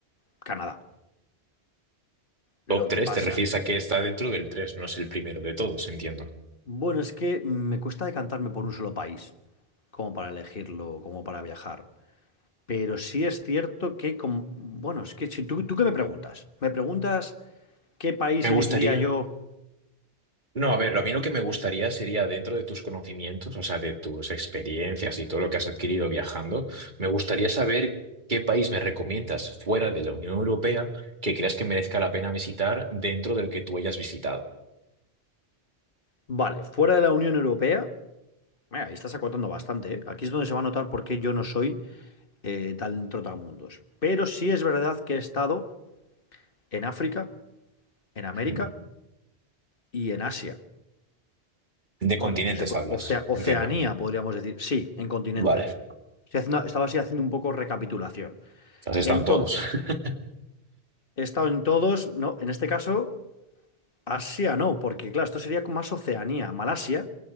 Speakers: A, on the left; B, on the right.
A: Canadá. Lo
B: Top tres.
A: que pasa...
B: te refieres a que está dentro del 3, no es el primero de todos, entiendo.
A: Bueno, es que me cuesta decantarme por un solo país, como para elegirlo, como para viajar. Pero sí es cierto que, com- bueno, es que si tú, tú qué me preguntas, me preguntas qué país
B: Me gustaría,
A: elegiría yo,
B: No, a ver, a mí lo que me gustaría sería dentro de tus conocimientos, o sea, de tus experiencias y todo lo que has adquirido viajando, me gustaría saber qué país me recomiendas fuera de la Unión Europea que creas que merezca la pena visitar dentro del que tú hayas visitado.
A: vale, fuera de la Unión Europea, mira, ahí estás acotando bastante, ¿eh? Aquí es donde se va a notar por qué yo no soy eh, tan trotamundos. Pero sí es verdad que he estado en África, en América
B: ¿Mm?
A: y en Asia.
B: De continentes
A: Bueno, si se puede,
B: hablas,
A: Ocea- Oceanía,
B: entiendo.
A: podríamos decir, sí, en continentes.
B: Vale,
A: Estoy haciendo- estaba así haciendo un poco recapitulación.
B: has estado
A: Entonces,
B: en todos. <laughs>
A: he estado en todos, no, en este caso, Asia no, porque claro, esto sería más Oceanía. Malasia,